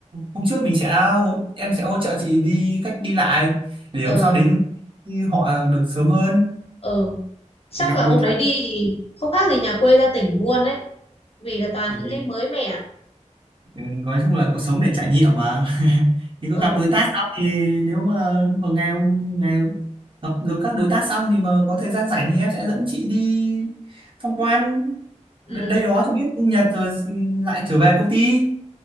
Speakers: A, on the right; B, on the left.
A: hôm trước mình sẽ hỗ, em sẽ hỗ trợ chị đi cách đi lại để
B: ờ
A: hôm sau đến họ được sớm hơn
B: ừ, chắc
A: để gặp
B: là
A: đối
B: hôm
A: tác
B: đấy đi thì không khác gì nhà quê ra tỉnh luôn đấy vì là toàn
A: thì
B: những cái mới mẻ
A: ừ, nói chung là cuộc sống để trải nghiệm mà <laughs> thì có
B: ừ
A: gặp đối tác xong thì nếu mà một ngày ông ngày gặp được các đối tác xong thì mà có thời gian rảnh thì em sẽ dẫn chị đi tham quan
B: ừ
A: đ- đây đó cho biết Nhật rồi ừ, lại trở về công ty